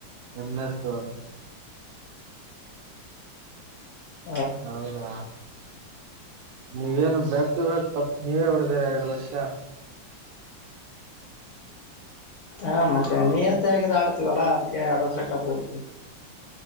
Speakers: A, on the right; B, on the left.
A: ಎಂ ಎಸ್ ಧೋನಿ
B: ಹ
A: ಹೌದಾ ನೀವೇನು ಬ್ಯಾಕ್ ಟು ಬ್ಯಾಕ್ ಕ ನೀವೇ ಹೊಡ್ದರ ಬ ವರ್ಷಾ
B: ಹಾ ಮತ್ತೆ ನಿಯತ್ತ ಆಗಿದ್ದ ಆಡ್ತೀವಲ್ಲಾ ಅದಕ್ಕೆ ಎರಡು ವರ್ಷ ಕಪ ಇಡ್ತಿೀವಿ